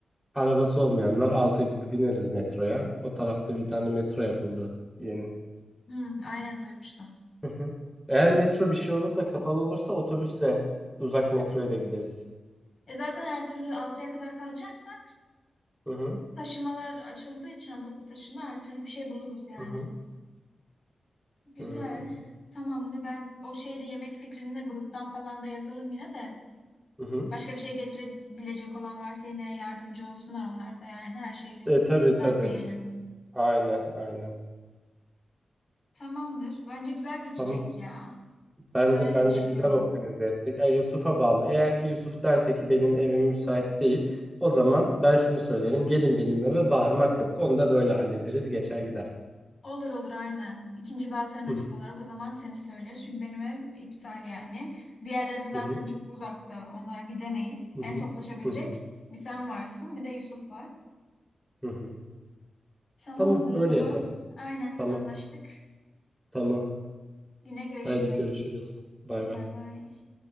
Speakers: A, in the centre; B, on the left (about 60°).
A: arabası olmayanlar 6 gibi bineriz metroya. O tarafta bir tane metro yapıldı yeni.
B: Hı, aynen duymuştum.
A: Hı hı. Eğer metro bir şey olur da kapalı olursa otobüsle uzak metroya da gideriz.
B: E zaten her türlü 6'ya kadar kalacaksak
A: Hı hı.
B: taşımalar açıldığı için ha, toplu taşıma her türlü bir şey buluruz yani.
A: Hı hı.
B: Güzel.
A: Hmm.
B: Tamamdır. Ben o şeyi de yemek fikrini de gruptan falan da yazalım yine de.
A: Hı hı.
B: Başka bir şey getirebilecek olan varsa yine yardımcı olsunlar onlar da yani. Her şeyi biz
A: E tabii
B: üstlenmeyelim.
A: tabii. Aynen aynen.
B: Tamamdır. Bence güzel geçecek
A: Tamam.
B: ya.
A: Bence
B: Ben öyle
A: bence
B: düşünüyorum.
A: güzel organize ettik. E, Yusuf'a bağlı. Eğer ki Yusuf derse ki benim evim müsait değil, o zaman ben şunu söylerim. Gelin benim eve bağırmak yok. Onu da böyle hallederiz, geçer gider.
B: Olur olur aynen. İkinci bir alternatif
A: Hı hı.
B: olarak o zaman seni söyle. Çünkü benim ev iptal yani. Diğerleri zaten
A: Hı hı.
B: çok uzakta. Onlara gidemeyiz.
A: Hı
B: En
A: hı.
B: toplaşabilecek
A: Hı hı.
B: bir sen varsın, bir de Yusuf var.
A: Hı hı.
B: Tamamdır
A: Tamam, öyle
B: o zaman.
A: yaparız.
B: Aynen
A: Tamam.
B: anlaştık.
A: Tamam.
B: Yine görüşürüz.
A: Haydi görüşürüz. Bay
B: Bay
A: bay.
B: bay.